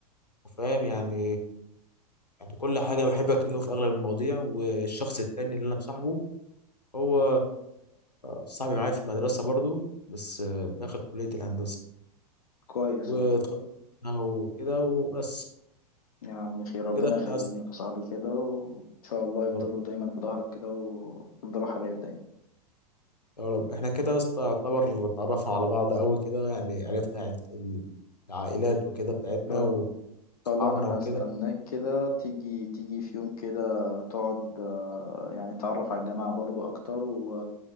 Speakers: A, on the left; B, on the left.
A: وفاهم يعني يعني كل حاجة بحب أكلمه في أغلب المواضيع والشخص التاني اللي أنا مصاحبه هو صاحبي معايا في المدرسة برضو بس داخل كلية الهندسة
B: كويس
A: واتخرجنا
B: والله
A: وكده وبس
B: يا عم خير ربنا
A: كده احنا
B: يخليهم
A: يا اسطى-
B: لك يا صاحبي كده وإن شاء الله يفضلوا
A: يا رب
B: دايما في ظهرك كده ويفضلوا حبايب دايما إن
A: يا رب احنا كده يا اسطى يعتبر اتعرفنا على بعض أوي كده يعني عرفنا عيلة- العائلات وكده بتاعتنا
B: شاء إن
A: وأصحابنا
B: شاء الله أنا
A: وكده
B: هستناك كده تيجي تيجي في يوم كده تقعد آه، يعني تعرف على الجماعة برضو أكتر و...